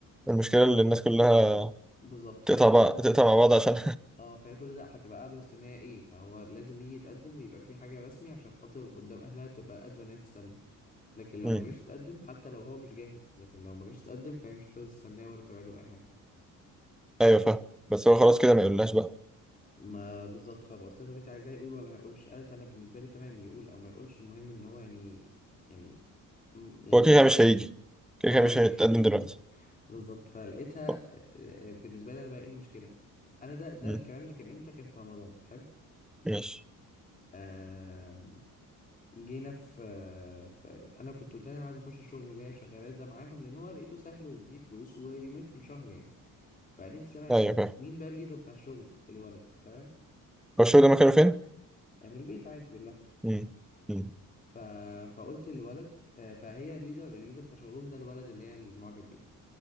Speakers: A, in the centre; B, on the left.
A: المشكله اللي الناس كلها
B: بالظبط فهي
A: تقطع
B: كل
A: بقى
B: ده
A: تقطع مع
B: ف-
A: بعض عشان
B: اه فهي كل ده هتبقى قاعدة مستنية ايه فهو لازم يجي يتقدم ويبقى في حاجة رسمي عشان خاطر قدام اهلها تبقى قادرة ان هي تستنى لكن لو
A: <laughs>
B: ما جاش يتقدم حتى لو هو مش جاهز لكن لو ما جاش يتقدم فهي مش هتقدر تستناه ولا توعده اي حاجة
A: ايوه فاهم بس هو خلاص كده ما يقولهاش بقى
B: ما بالظبط فقلت لها طب انت عايزاه يقول ولا ما يقولش قالت انا بالنسبة لي تمام يقول او ما يقولش المهم ان هو يعني يعني مم، يعني
A: هو كده كده مش هيجي كده
B: اه
A: كده مش هيتقدم
B: <laughs>
A: دلوقتي
B: بالظبط فلقيتها
A: طب.
B: آه، بالنسبه لي انا بقى ايه المشكله انا ده ده
A: مم.
B: الكلام ده كان امتى كان في رمضان حلو
A: ماشي
B: آم، جينا في, آه، في انا كنت قلت لها انا عايز اخش الشغل اللي هي شغاله ده معاهم لان هو لقيته سهل وفيه فلوس ويومين في الشهر يعني فقالت لي تمام
A: ايوه فاهم
B: مين بقى الليدر بتاع الشغل الولد تمام
A: هو الشغل ده مكانه فين؟
B: آه، من البيت عادي باللابتوب
A: مم. مم.
B: ف... فقلت للولد آه، فهي الليدر الليدر بتاع شغلهم ده الولد اللي هي المعجب بيه